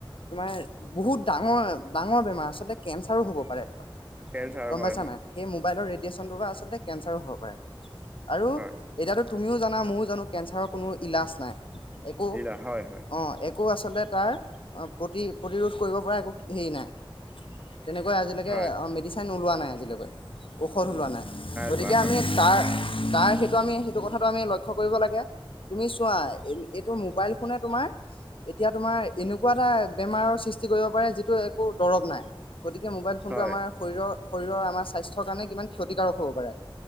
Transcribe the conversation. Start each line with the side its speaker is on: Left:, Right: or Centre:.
Left: তোমাৰ বহুত ডাঙৰ, ডাঙৰ বেমাৰ আচলতে কেঞ্চাৰো হ'ব পাৰে,
Right: কেঞ্চাৰ
Left: গম
Right: হয়
Left: পাইছা
Right: হয়
Left: নাই? সেই মোবাইলৰ ৰেডিয়েচনটোৰ পৰা আচলতে কেঞ্চাৰো হব পাৰে আৰু
Right: হয়
Left: এতিয়াতো তুমিও জানা ময়ো জানো কেঞ্চাৰৰ কোনো ইলাজ নাই, একো
Right: ইলা হয় হয়
Left: অ', এক কো আচলতে তাৰ, অ', প্ৰতি প্ৰতিৰোধ কৰিব পৰা একো হেৰি নাই তেনেকৈ আজিলেকে
Right: হয়
Left: অ', মেডিচিন ওলোৱা নাই আজিলকৈ, ঔষধ ওলোৱা নাই। গতিকে
Right: লোৱা হয়
Left: আমি তাৰ তাৰ, সেইটো আমি সেইটো কথাটো আমি লক্ষ্য কৰিব লাগে, তুমি চোৱা এই এইটো মোবাইল ফোনে তোমাৰ, এতিয়া তোমাৰ এনেকুৱা এটা, বেমাৰৰ সৃষ্টি কৰিব পাৰে যিটো একো দৰৱ নাই, গতিকে মোবাইল ফোনটো
Right: হয়
Left: আমাৰ শৰীৰৰ, শৰীৰৰ আমাৰ স্বাস্থ্যৰ কাৰণে কিমান ক্ষতিকাৰক হ'ব পাৰে,